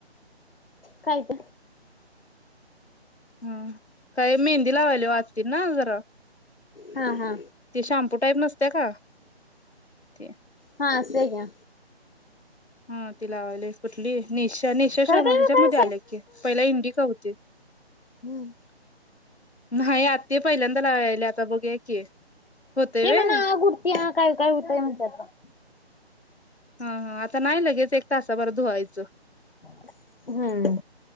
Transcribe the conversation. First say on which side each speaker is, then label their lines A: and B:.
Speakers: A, on the left (about 55°); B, on the left (about 75°).
A: काय ग?
B: हम्म, काय मेहंदी लावायल्या व आत्तीना जरा.
A: हा हा.
B: ते शम्पू टाईप नसते का? ते.
A: हा आस घ्या.
B: हा ति लावयले कुठली निशा निशा
A: खरं
B: शाम
A: काय
B: हिच्यामध्ये
A: काय
B: आले की पहिल इंडी का होते.
A: हम्म.
B: न्हाय आत ते पहिल्यांदा लावायले आता बघूया की. होतय
A: ते
B: व्हय
A: म्हण आग उठत्या काय काय हुतय म्हणत्यात बाय.
B: हा हा आता नाय लगेच एक तासाभरात धुवायचं.
A: हम्म,